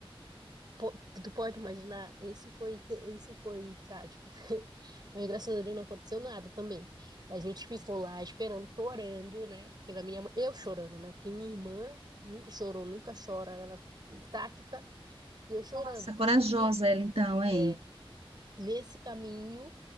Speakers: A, on the right (about 45°); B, on the right (about 80°).
A: po- tu pode imaginar, esse foi, te- esse foi trágico. <laughs> Mas graças a Deus não aconteceu nada também. A gente ficou lá esperando, chorando, né? Pela minha mãe, eu chorando, né? Porque minha irmã nunca chorou, nunca chora, ela intacta e eu chorando.
B: nossa, corajosa
A: Ni-
B: ela então, hein?
A: é, nesse caminho,